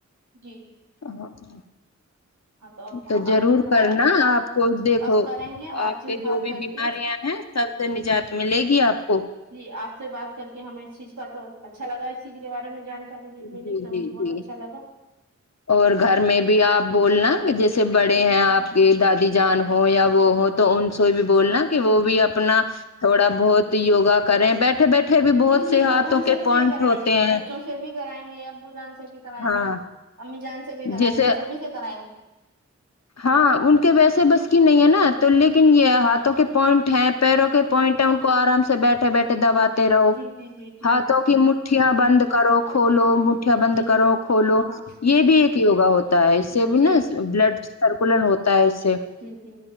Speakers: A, on the right; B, on the left.
A: جی
B: ہاں ہاں
A: ہاں اب
B: تو ضرور
A: آپ نے کہا
B: کرنا
A: ہے تو اب
B: آپ
A: ہم
B: کو دیکھو
A: اب کریں گے اور
B: آپ
A: سے
B: کے
A: بات
B: جو بھی
A: کر
B: بیماریاں
A: کے
B: ہیں سب سے نجات ملے گی آپ کو
A: جی آپ سے بات کر کے ہمیں اس چیز کا تو اچھا لگا اس چیز کے بارے میں جان کاری
B: جی
A: ملی تو
B: جی
A: بہت
B: جی
A: اچھا لگا
B: اور گھر میں بھی آپ بولنا کہ جیسے بڑے ہیں آپ کے دادی جان ہو یا وہ ہو تو ان سے بھی بولنا کہ وہ بھی
A: جی
B: اپنا تھوڑا بہت یوگا کریں بیٹھے بیٹھے بھی بہت
A: جی جی
B: سے ہاتھوں
A: اب ہم
B: کے
A: سب
B: پوائنٹ
A: سے ہی کرائیں
B: ہوتے
A: گے
B: ہیں
A: بچوں سے سے بھی کرائیں گے ابو جان سے بھی کرائیں
B: ہاں
A: گے امی جان سے بھی کرائیں
B: جیسے
A: گے سبھی سے کرائیں گے
B: ہاں ان کے ویسے بس کی نہیں ہے نا تو لیکن یہ ہاتھوں کے پوائنٹ ہیں پیروں کے پوائنٹیں ان کو آرام سے بیٹھے بیٹھے دباتے رہو
A: جی جی جی جی
B: ہاتھوں کی مٹھیاں بند کرو کھولو مٹھیاں بند
A: جی
B: کرو کھولو
A: ہاں
B: یہ بھی ایک یوگا ہوتا ہے اس سے
A: ہاں
B: بھی
A: جی
B: نا بلڈ سرکولٹ ہوتا ہے اس سے
A: جی جی